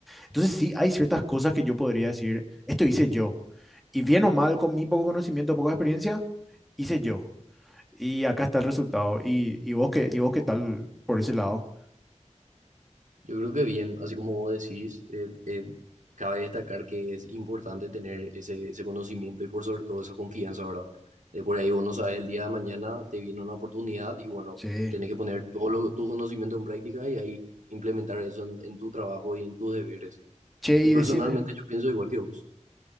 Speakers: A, in the centre; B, on the right (about 85°).
A: Entonces sí, hay ciertas cosas que yo podría decir, esto hice yo. Y bien o mal, con mi poco conocimiento, poca experiencia, hice yo. Y acá está el resultado.
B: Claro.
A: ¿Y, y vos qué, y vos qué tal por ese lado?
B: Yo creo que bien, así como vos decís, eh, eh, cabe destacar que es importante tener ese, ese conocimiento y por sobre todo esa confianza, ¿verdad? De por ahí vos no sabes, el día de mañana te viene una oportunidad y bueno,
A: Sí.
B: tenés que poner todo lo- tu conocimiento en práctica y ahí implementar eso en, en tu trabajo y en tus deberes.
A: Che,
B: Y personalmente
A: y decime,
B: yo pienso igual que vos.